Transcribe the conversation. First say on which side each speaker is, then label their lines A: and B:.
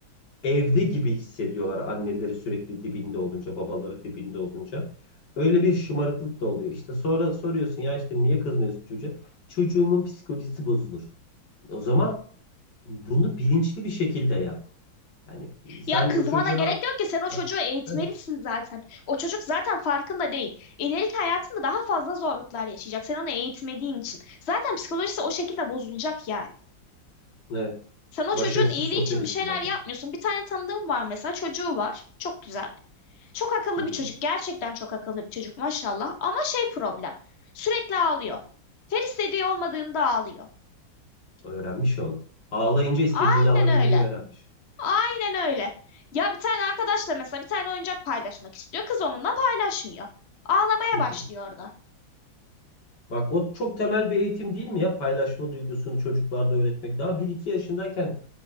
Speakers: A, on the left; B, on the left.
A: evde gibi hissediyorlar anneleri sürekli dibinde olunca, babaları dibinde olunca. Öyle bir şımarıklık da oluyor. İşte sonra soruyorsun ya işte niye kızmıyorsun çocuğa? Çocuğumun psikolojisi bozulur. O zaman bunu bilinçli bir şekilde yap. Yani sen
B: Ya kızmana
A: o çocuğa
B: gerek yok ki sen o çocuğu eğitmelisin
A: evet,
B: zaten. O çocuk zaten farkında değil. İleriki hayatında daha fazla zorluklar yaşayacak. Sen onu eğitmediğin için. Zaten psikolojisi o şekilde bozulacak yani.
A: evet,
B: Sen o
A: başarısız
B: çocuğun iyiliği
A: sosyal
B: için
A: ilişkilerde
B: bir şeyler yapmıyorsun. Bir tane tanıdığım var mesela çocuğu var. Çok güzel. Çok akıllı
A: Hı hı.
B: bir çocuk. Gerçekten çok akıllı bir çocuk maşallah. Ama şey problem. Sürekli ağlıyor. Her istediği olmadığında ağlıyor.
A: öğrenmiş onu. Ağlayınca istediğini
B: Aynen
A: alabilmeyi
B: öyle.
A: öğrenmiş.
B: Aynen öyle. Ya bir tane arkadaşla mesela bir tane oyuncak paylaşmak istiyor. Kız onunla paylaşmıyor. Ağlamaya
A: Hı hı.
B: başlıyor orada.
A: Bak o çok temel bir eğitim değil mi ya? Paylaşma duygusunu çocuklarda öğretmek. Daha bir iki yaşındayken